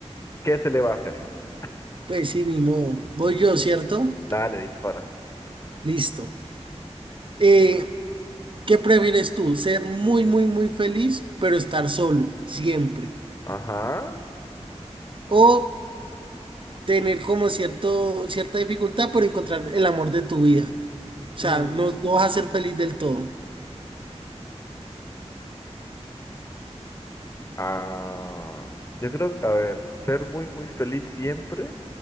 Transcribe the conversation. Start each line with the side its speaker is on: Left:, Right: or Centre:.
Left: ¿qué se le va a hacer? <laughs>
Right: pues sí, ni modo. Voy yo, ¿cierto?
Left: Dale, dispara.
Right: Listo. Eh, ¿qué prefieres tú? ¿Ser muy, muy, muy feliz, pero estar solo, siempre?
Left: Ajá.
Right: ¿O tener como cierto, cierta dificultad por encontrar el amor de tu vida. O sea,
Left: Mm,
Right: no, no vas a ser feliz del todo.
Left: ah, yo creo, a ver, ser muy, muy feliz siempre,